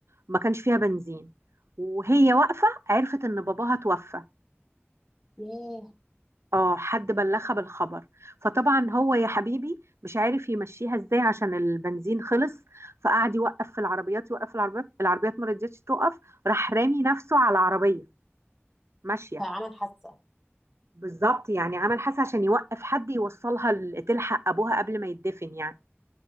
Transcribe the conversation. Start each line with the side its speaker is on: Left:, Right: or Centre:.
Right: ما كانش فيها بنزين وهي واقفة عرفت إن باباها توفى
Centre: ياه
Right: اه حد بلغها بالخبر فطبعا هو يا حبيبي مش عارف يمشيها ازاي عشان البنزين خلص فقعد يوقف في العربيات يوقف في العربيات العربيات ما رضيتش توقف راح رامي نفسه على العربية ماشية
Centre: فعمل حادثة
Right: بالظبط يعني عمل حاسة عشان يوقف حد يوصلها ل- تلحق ابوها قبل ما يدفن يعني